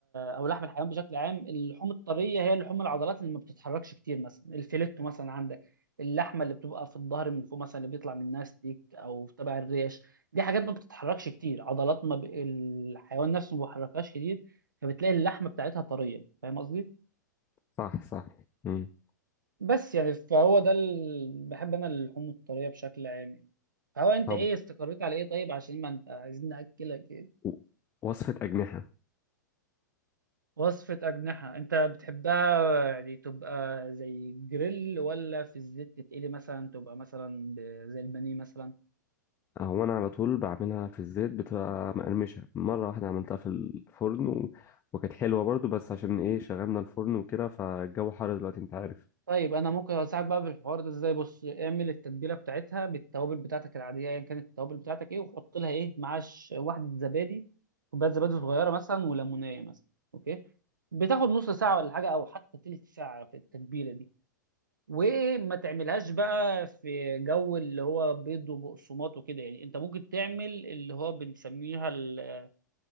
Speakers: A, on the right; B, on the left.
A: آه، او لحم الحيوان بشكل عام اللحوم الطريه هي لحوم العضلات اللي ما بتتحركش كتير مثلا الفيليتو مثلا عندك اللحمه اللي بتبقى في الظهر من فوق مثلا اللي بيطلع منها ستيك او تبع الريش دي حاجات ما بتتحركش كتير عضلات ما ب... الحيوان نفسه ما بيحركهاش كتير فبتلاقي اللحمه بتاعتها طريه فاهم قصدي
B: صح صح مم.
A: بس يعني فهو ده ال... بحب انا اللحوم الطريه بشكل عام يعني. فهو انت
B: طب
A: ايه استقريت على ايه طيب عشان ما انت عايزين ناكلك إيه؟
B: و- وصفة أجنحة
A: وصفة أجنحة أنت بتحبها يعني تبقى زي جريل ولا في الزيت تتقلي مثلا تبقى مثلا ب- زي البانيه مثلا
B: هو أنا على طول بعملها في الزيت بتبقى مقرمشة مرة واحدة عملتها في الفرن و... وكانت حلوة برضو بس عشان إيه شغلنا الفرن وكده فالجو حر دلوقتي أنت عارف
A: طيب أنا ممكن أساعدك بقى بالحوار ده إزاي بص اعمل التتبيلة بتاعتها بالتوابل بتاعتك العادية أيا كانت التوابل بتاعتك إيه وحط لها إيه معاش واحدة زبادي كوباية زبادي صغيرة مثلا وليمونية مثلا أوكي بتاخد نص ساعة ولا حاجة أو حتى تلت ساعة في التتبيلة دي وما تعملهاش بقى في جو اللي هو بيض وبقسماط وكده يعني انت ممكن تعمل اللي هو بنسميها ال-